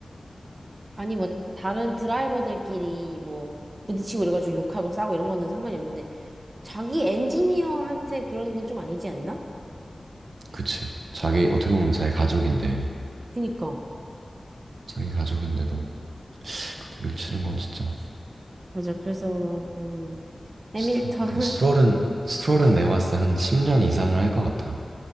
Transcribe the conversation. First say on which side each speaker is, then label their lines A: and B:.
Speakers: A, on the right; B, on the right.
A: 아니, 뭐, 다른 드라이버들끼리 뭐, 부딪히고 이래가지고 욕하고 싸우고 이런 거는 상관이 없는데, 자기 엔지니어한테 그런 건 좀 아니지 않나?
B: 그치. 자기, 어떻게 보면 자기 가족인데,
A: 그니까.
B: 자기 가족인데도 그렇게 밀치는 건 진짜.
A: 맞아. 그래서 나는
B: 스트롤.
A: 해밀턴.
B: 근데 스트롤은 스트롤은
A: <laughs> 어.
B: 내가 봤을 때 한 10년 이상을 할 것 같아.